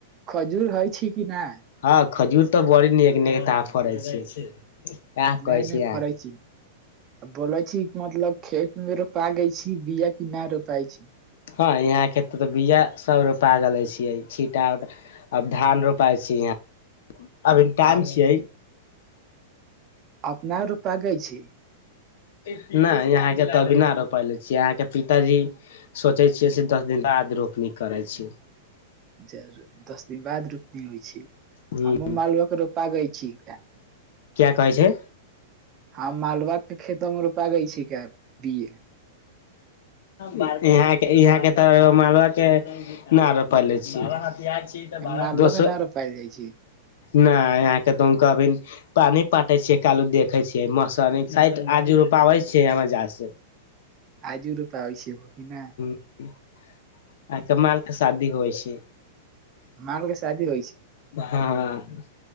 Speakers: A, on the right; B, on the left.
A: खजूर हइ छै कि नहि
B: हँ खजूर तऽ बड़ी ने नेक तड़ै छै कहै
A: नहि
B: छी
A: नहि
B: अहाँके
A: फराइ छि आ बोलै छी मतलब खेत मे रोपा गै छी बिय कि नहि रोपाइ छि
B: हँ यहाँ के ते तऽ बीया सब रूपा ग ले छियै छींटा उटा अब धान रोपाइ छी यहा अभ टाइम
A: आ
B: छिए
A: अपना रूपागै छै
B: नहि यहाँके तऽ अभी न रोपा ले छियै यहाँके पिताजी सोचै छियै से दस दिन बाद रोपनी करै छी
A: ज दस दिन बाद रोपनी होइ छी
B: ह
A: हमहु मालवह के रोपा गय छी
B: किया कहै छै
A: हँ मालबा के खेतो में रोपाागे छिक बिए
B: ह यहाँ के तऽ माला के न रोपाइले हिय छी <unintelligible>
A: हम मालवा के
B: स
A: न रोपायल जाइ छै
B: यहके पानी पाटे छियै कालू देखे छियै मौस आजू रुपाबै छियै हमाज से
A: आजू रोप होइस हो कि ना
B: ह <inaudible> आ क माल के शादी होइ छै
A: माल के शादी होइ
B: हँ